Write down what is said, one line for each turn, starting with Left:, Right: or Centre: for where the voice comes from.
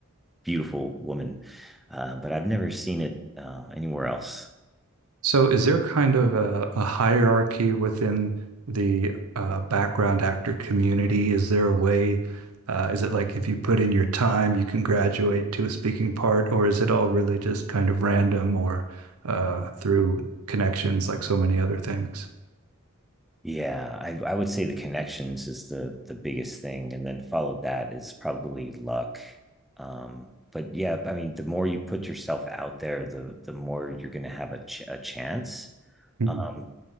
Centre: beautiful woman, uh, but I've never seen it uh, anywhere else.
Right: So is there kind of a, a hierarchy within the uh, background actor community? Is there a way, uh, is it like if you put in your time, you can graduate to a speaking part, or is it all really just kind of random or uh, through connections like so many other things?
Centre: Yeah, I, I would say the connections is the the biggest thing, and then followed that is probably luck. Um, but yeah, I mean, the more you put yourself out there, the the more you're going to have a ch- a chance.
Right: Mm.
Centre: Um,